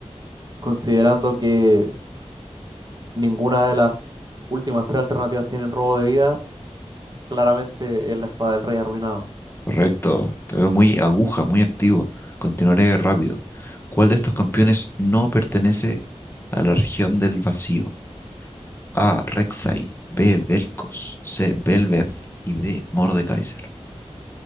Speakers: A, on the right (about 35°); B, on the left (about 20°).
A: Considerando que ninguna de las últimas tres alternativas tienen robo de vida, claramente es la espada del rey arruinado.
B: Correcto. Te veo muy aguja, muy activo. Continuaré rápido. ¿Cuál de estos campeones no pertenece a la región del vacío? A. Rek'Sai. B. Vel'Koz. C. Belveth. Y D. Mordekaiser.